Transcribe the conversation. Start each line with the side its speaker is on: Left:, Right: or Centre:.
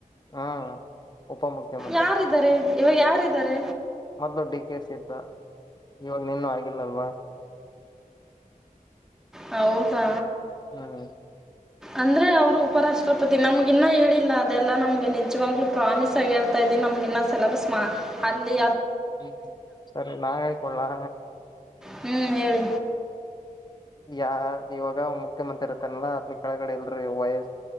Left: ಹಾ ಉಪ ಮುುಖ್ಯಮಂತ್ರಿ.
Centre: ಯಾರಿದ್ದಾರೆ ಇವಾಗ ಯಾರಿದ್ದಾರೆ.
Left: ಮೊದ್ಲು ಡಿ ಕೆ ಸಿ ಇದ್ದ ಇವಾಗ ನಿನ್ನೂ ಆಗಿಲ್ಲಲ್ವಾ.
Centre: ಹೌದಾ
Left: ಹ್ಮ್
Centre: ಅಂದ್ರೆ ಅವರು ಉಪರಾಷ್ಟ್ರಪತಿ ನಮ್ಗೆ ಇನ್ನೂ ಹೇಳಿಲ್ಲ ಅದೆಲ್ಲ ನಮಗೆ ನಿಜವಾಗ್ಲುೂ ಪ್ರಾಮಿಸ್ ಆಗಿ ಹೇಳ್ತಾ ಇದನಿ ನಮ್ಗೆ ಇನ್ನ ಸೆಲೆಬಸ್ ಮಾ ಅಲ್ಲಿದು
Left: ಹ್ಮ್ ಸರಿ ನಾ ಹೇಳ್ಕೊಲ್ಲಾ
Centre: ಹ್ಮ್ ಹೇಳಿ
Left: ಯ ಇವಾಗ ಮುಖ್ಯಮಂತ್ರಿ ಇರ್ತಾನಲ್ಲ ಆತ್ನ ಕೆಳಗಡೆ ಇಲ್ರರಿ ವಯ್ಸ್